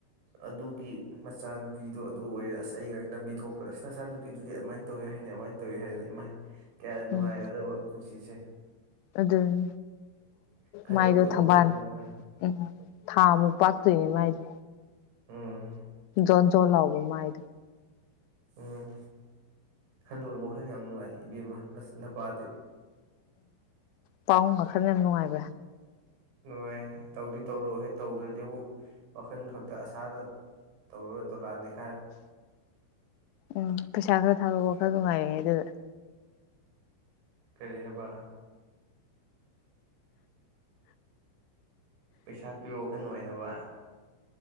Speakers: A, on the right; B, on the left.
A: ꯑꯗꯨꯒꯤ ꯃꯆꯥꯅꯨꯄꯤꯗꯣ ꯗꯣ ꯑꯗꯨ ꯑꯣꯏꯔꯦ ꯑꯁ ꯑꯩꯒ ꯂꯝꯕꯤ ꯊꯣꯛꯄꯗ ꯑꯁ ꯅꯆꯥ ꯅꯨꯄꯤꯗꯨꯗꯤ ꯑꯃꯥꯏꯅ ꯇꯧꯑꯦ ꯃꯤꯅ ꯑꯗꯨꯃꯥꯏ ꯇꯧꯢ ꯍꯥꯏꯗꯅ ꯏꯃ ꯀꯌꯥꯗ ꯅꯨꯡꯉꯥꯏꯒꯗꯕ
B: ꯎꯝ
A: ꯄꯨꯟꯁꯤꯁꯦ
B: ꯑꯗꯨꯅꯤ
A: ꯈꯜꯂꯨꯕꯗꯕ
B: ꯃꯥꯏꯗꯣ ꯊꯝꯕꯥꯜ
A: ꯋꯥꯈꯜ ꯌꯥꯝ ꯅꯨꯡꯉꯥꯏ
B: ꯎꯝ ꯊꯥ ꯃꯨꯛ ꯄꯥꯛꯇꯣꯏꯅꯤ ꯃꯥꯏꯗꯨ
A: ꯑꯝ
B: ꯖꯣꯟ ꯖꯣꯟ ꯂꯥꯎꯕ ꯃꯥꯏꯗꯨ
A: ꯎꯝ ꯈꯜꯂꯨꯔ ꯋꯥꯈꯜ ꯌꯥꯝ ꯅꯨꯡꯉꯥꯏ ꯏꯕꯦꯝꯃꯥ ꯑꯁ ꯅꯄꯥꯗꯤ
B: ꯄꯥꯎꯡ ꯋꯥꯈꯜ ꯌꯥꯝ ꯅꯨꯡꯉꯥꯏꯕ꯭ꯔꯥ
A: ꯅꯨꯡꯉꯥꯏ ꯇꯧꯗꯤ ꯇꯧꯔꯣ ꯍꯦ ꯇꯧꯗ꯭ꯔꯗꯤ ꯑꯃꯨꯛ ꯋꯥꯈꯜ ꯈꯛꯇ ꯑꯁꯥꯗ ꯇꯧꯔ ꯗꯣꯂꯥꯅꯤꯛ
B: ꯎꯝ ꯄꯩꯁꯥ ꯈꯔ ꯊꯥꯔꯛꯑꯣ ꯋꯥꯈꯜ ꯅꯨꯡꯉꯥꯏꯔꯤꯉꯩ ꯗꯨꯗ
A: ꯀꯔꯤ ꯍꯥꯏꯕ ꯄꯩꯁꯥ ꯄꯤꯔꯛꯑꯣ ꯋꯥꯈꯜ ꯅꯨꯡꯉꯥꯏꯅꯕ